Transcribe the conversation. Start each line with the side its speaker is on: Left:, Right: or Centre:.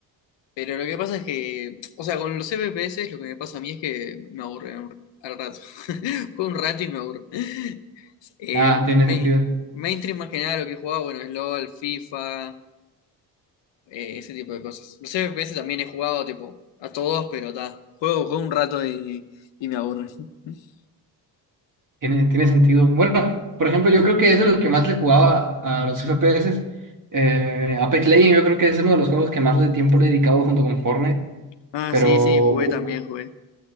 Left: Pero lo que pasa es que, o sea, con los FPS lo que me pasa a mí es que me aburre un- al rato. <laughs> Juego un rato y me aburre. <laughs> Eh,
Right: nada,
Left: main-
Right: tiene sentido,
Left: mainstream más que nada lo que he jugado, bueno, es LOL, FIFA, eh, ese tipo de cosas. Los FPS también he jugado, tipo, a todos, pero está. Juego, juego un rato y, y me aburre. <laughs>
Right: tiene, tiene sentido. Bueno, por ejemplo, yo creo que es de los que más le jugaba a los FPS. Eh, Apex Legends, yo creo que es uno de los juegos que más de tiempo le he dedicado junto con Fortnite,
Left: Ah,
Right: pero
Left: sí, sí, jugué
Right: hu-
Left: también, jugué.